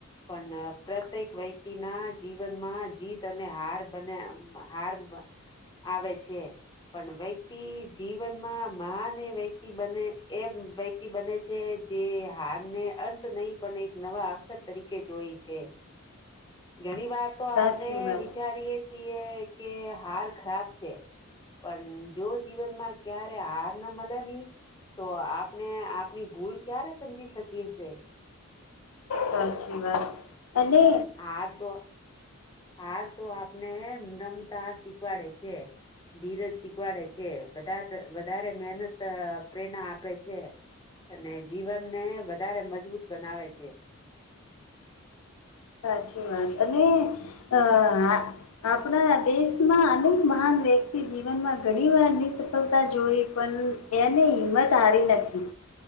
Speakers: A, on the left (about 20°); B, on the left (about 80°).
A: પણ પ્રત્યેક વ્યક્તિ ના જીવનમાં જીત અને હાર બને હાર આવે છે પણ વ્યક્તિ જીવનમાં મહાન એ વ્યક્તિ બને એ વ્યક્તિ બને છે જે હાર ને અંત નહી પણ એક નવા અક્ષર તરીકે જોઈ છે
B: <unintelligible>
A: ઘણી વાર તો
B: સાચી
A: આપને
B: વાત
A: વિચારીએે છી એ કે હાર ખરાબ છે પણ જો જીવનમાં ક્યારે હાર આપને મળે નહી તો આપને આપની ભૂલ ક્યારે સમજી શકીએ છે
B: સાચછી વા અનેને
A: આ તો હાર તો આપને નમતા શીખવાડે છે ધીરજ શીખવાડે છે વધારે મહેનત પ્રેરણા આપે છે અને જીવન ને વધારે મજબૂત બનાવે છે
B: સાચી વાત અને અ આપણા દેશમાં અનેક મહાન વ્યક્તિ જીવનમાં ઘણી વારની સફળતા જોઈ પણ એને હિંમત હારી નથી